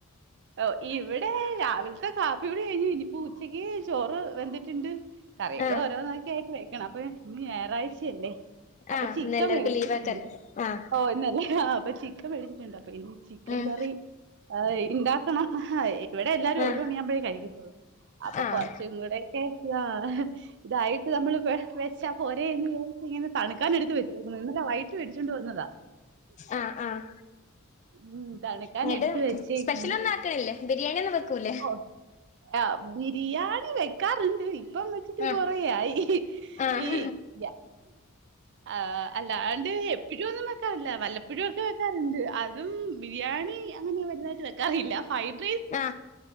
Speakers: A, on the right; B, on the left.
A: ഓ ഇവിടെ രാവിലത്തെ കാപ്പികുടി കഴിഞ്ഞു ഇനിപ്പോ ഉച്ചക്ക് ചോറ് വെന്തിട്ടുണ്ട് കറികള്
B: ആഹ്
A: ഓരോന്നക്കെ ആയിട്ട് വെക്കണം അപ്പൊ ഇന്ന് ഞാറാഴ്ചയല്ലേ അപ്പൊ
B: ആഹ്
A: ചീക്കൻ
B: ഇന്ന് എല്ലാർക്കും
A: വേടിച്ചിട്ടുണ്ട്
B: ലീവാക്കാരം ആഹ്
A: ഓ ഇന്നല്ലേ ആ അപ്പ ചിക്കൻ വേടിച്ചിട്ടുണ്ട് അപ്പൊ ഇനി ചിക്കൻ
B: ഉം
A: കറി ഇണ്ടാക്ക ണം ഇവിടെ എല്ലാരും
B: ആഹ്
A: ഒരു മണിയാമ്പഴേ കഴിക്കത്തോള്ളൂ അപ്പൊ
B: ആഹ്
A: കൊറച്ചും കൂടെക്കെ ഇതാ ഇതായി നമ്മൾ വെച്ചാൽ പോരെയെന്ന് വിചരിച്ചിങ്ങനെ തണുക്കാൻ എടുക്ക വെച്ച ഇന്നലെ വൈട്ട് വേടിച്ചൊണ്ട് വന്നതാ
B: ആഹ് ആഹ്
A: ഉം തണുക്കാനെടുത്ത്
B: ഇങ്ങട്ട്
A: വെച്ചേക്ന്ന്
B: സ്പെഷ്യൽ ഒന്നും ആക്കണില്ലേ ബിരിയാണി ഒന്നും വെക്കൂല്ലേ
A: ഓ ആ ബിരിയാണ ണി വെക്കാറ്ണ്ട് ഇപ്പം വെച്ചിട്ട്
B: ആഹ്
A: കൊറേയായി
B: ആഹ്
A: ഈ യ ആ അല്ലാണ്ട് എപ്പഴും ഒന്നും വെക്കാറില്ല വല്ലപ്പഴും ഒക്കെ വെക്കാറ്ണ്ട് അതും ബിരിയാണി അങ്ങനെ വലുതായിട്ട് വെക്കാറീല്ല ഫയ്ട്ര
B: ആ